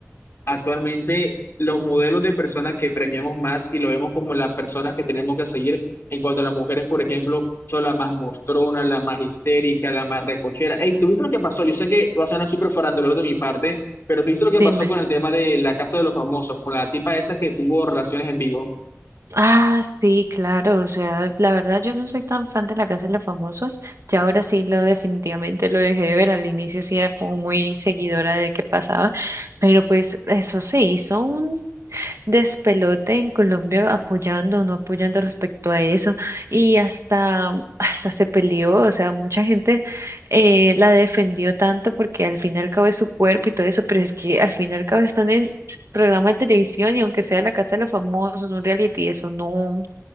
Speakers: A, on the left (about 55°); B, on the right (about 75°).
A: Actualmente, los modelos de personas que premiamos más y lo vemos como las personas que tenemos que seguir en cuanto a las mujeres, por ejemplo, son las más mostronas, las más histéricas, las más recochera. Hey, ¿tú viste lo que pasó? Yo sé que va a sonar súper farandulero de mi parte, pero ¿tú viste lo que
B: dime.
A: pasó con el tema de la Casa de los Famosos, con la tipa esta que tuvo relaciones en vivo?
B: Ah, sí, claro, o sea, la verdad yo no soy tan fan de La Casa de los Famosos, ya ahora sí lo definitivamente lo dejé de ver, al inicio sí era como muy seguidora de qué pasaba, pero pues eso se hizo despelote en Colombia apoyando o no apoyando respecto a eso y hasta, mm, <laughs> hasta se peleó, o sea, mucha gente eh, la defendió tanto porque al fin y al cabo es su cuerpo y todo eso, pero es que al fin y al cabo están en programa de televisión y aunque sea la casa de los famosos, un reality, eso no,